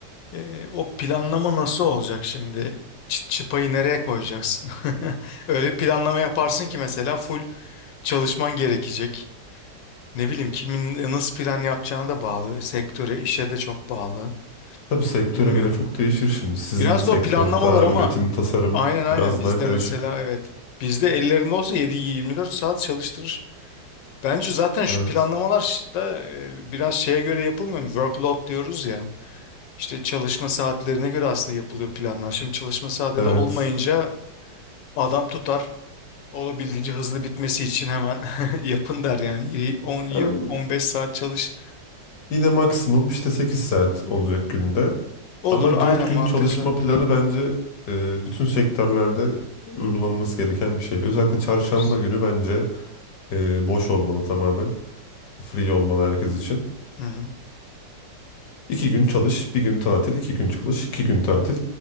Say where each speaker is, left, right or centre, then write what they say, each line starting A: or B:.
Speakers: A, on the left; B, on the left.
A: Ee, o planlama nasıl olacak şimdi? Çı- çıpayı nereye koyacaksın? <laughs> Öyle bir planlama yaparsın ki mesela full çalışman gerekecek. Ne bileyim kimin nasıl plan yapacağına da bağlı. Sektöre, işe de çok bağlı.
B: Tabii sektöre
A: Bilmiyorum.
B: göre çok değişir şimdi. Sizin
A: Biraz
B: sektör
A: da o planlamalar
B: daha
A: ama
B: üretim, tasarım
A: aynen aynen
B: biraz
A: bizde
B: daha karışık.
A: mesela evet. Bizde ellerinde olsa 7-24 saat çalıştırır. Bence zaten şu
B: Evet.
A: planlamalar da e, biraz şeye göre yapılmıyor mu? Workload diyoruz ya. İşte çalışma saatlerine göre aslında yapılıyor planlar. Şimdi çalışma saati
B: Evet.
A: de olmayınca adam tutar. Olabildiğince hızlı bitmesi için hemen <laughs> yapın der yani. Y- on- y-
B: Yani
A: 15 saat çalış.
B: yine maksimum işte 8 saat olacak günde.
A: Olur
B: Ama
A: aynen
B: 4 gün
A: mantıklı.
B: çalışma planı bence e, bütün sektörlerde uygulanması gereken bir şey. Özellikle
A: Olabilir.
B: çarşamba günü bence e, boş olmalı tamamen. Free olmalı herkes için.
A: Hı hı.
B: 2 gün çalış, bir gün tatil, 2 gün çalış, 2 gün tatil.